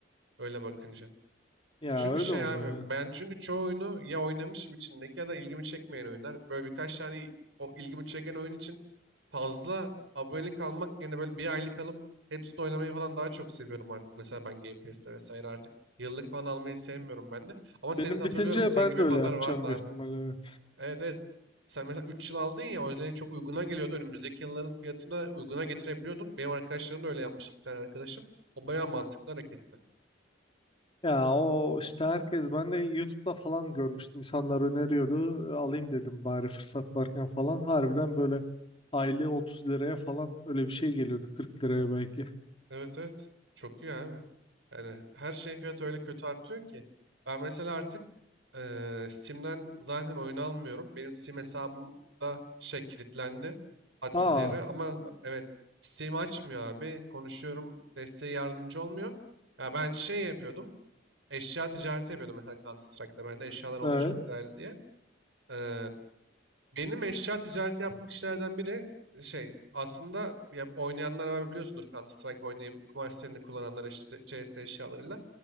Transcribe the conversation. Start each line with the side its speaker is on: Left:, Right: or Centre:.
Right: Öyle bakınca.
Left: Ya
Right: E çünkü
Left: öyle
Right: şey
Left: oluyor.
Right: abi
Left: evet.
Right: ben çünkü çoğu oyunu ya oynamışım içindeki ya da ilgimi çekmeyen oyunlar. Böyle birkaç tane o ilgimi çeken oyun için fazla abonelik almak yerine böyle bir aylık alıp hepsini oynamayı falan daha çok seviyorum artık. Mesela ben Game Pass'te vesaire artık yıllık falan almayı sevmiyorum ben de. Ama senin
Left: Benim
Right: hatırlıyorum
Left: bitince
Right: senin
Left: ben
Right: gibi
Left: de
Right: yapanlar
Left: öyle yapacağım
Right: vardı abi.
Left: büyük ihtimalle. evet.
Right: Evet evet. Sen mesela 3 yıl aldın ya o yüzden çok uyguna geliyordu. Önümüzdeki yılların fiyatını uyguna getirebiliyordun. Benim arkadaşlarım da öyle yapmış iki tane arkadaşım. O bayağı mantıklı hareketti.
Left: Ya o işte herkes ben de YouTube'da falan görmüştüm. İnsanlar öneriyordu. E, Alayım dedim bari fırsat varken falan. Harbiden böyle aylığı 30 liraya falan öyle bir şey geliyordu. 40 liraya belki.
Right: Evet evet. Çok iyi abi. Yani her şeyin fiyatı öyle kötü artıyor ki. Ben mesela artık eee, Steam'den zaten oyun almıyorum. Benim Steam hesabım da şey kilitlendi. Haksız
Left: Aa
Right: yere ama b- evet Steam açmıyor abi. Konuşuyorum desteği yardımcı olmuyor. Ya ben şey yapıyordum. Eşya ticareti yapıyordum mesela Counter Strike'da ben de eşyalar onda
Left: evet.
Right: çok değerli diye. Ee, benim eşya ticareti yaptığım kişilerden biri e, şey aslında ya, oynayanlar var biliyorsundur Counter Strike oynayıp kumar sitelerini kullananlar eş- CS eşyalarıyla.